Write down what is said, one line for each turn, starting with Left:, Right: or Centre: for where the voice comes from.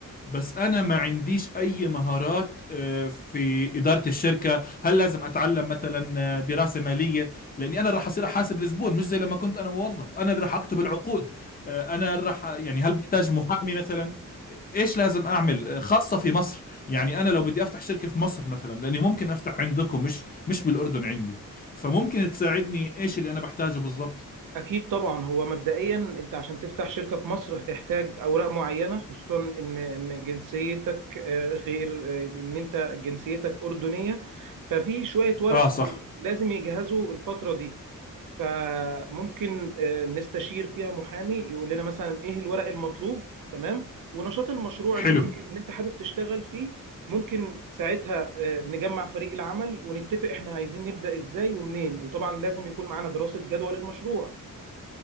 Left: بس انا ما عنديش اي مهارات آه، في اداره الشركه هل لازم اتعلم مثلا آه، دراسه ماليه لاني انا اللي راح اصير احاسب الزبون مش زي لما كنت انا موظف انا اللي راح اكتب العقود آه، انا اللي راح يعني هل بحتاج محامي مثلا ايش لازم اعمل آه، خاصه في مصر يعني انا لو بدي افتح شركه في مصر مثلا لاني ممكن افتح عندكم مش مش بالاردن عندي فممكن تساعدني ايش اللي انا بحتاجه بالضبط
Right: أكيد طبعا هو مبدئيا أنت عشان تفتح شركة في مصر هتحتاج أوراق معينة خصوصا إن إن جنسيتك آه، غير آه، إن أنت جنسيتك أردنية ففي شوية ورق
Left: اه صح
Right: لازم يجهزوا الفترة دي فممكن آه، نستشير فيها محامي يقول لنا مثلا إيه الورق المطلوب تمام ونشاط المشروع
Left: حلو
Right: اللي أنت اللي أنت حابب تشتغل فيه ممكن ساعتها آه، نجمع فريق العمل ونتفق إحنا عايزين نبدأ إزاي ومنين وطبعا لازم يكون معانا دراسة جدوى للمشروع